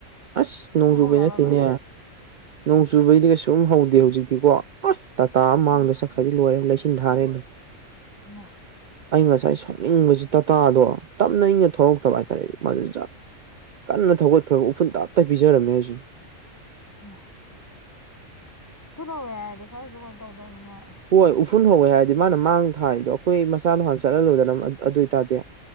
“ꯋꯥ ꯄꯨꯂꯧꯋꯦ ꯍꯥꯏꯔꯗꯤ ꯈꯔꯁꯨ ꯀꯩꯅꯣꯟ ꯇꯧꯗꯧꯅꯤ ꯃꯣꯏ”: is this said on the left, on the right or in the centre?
Left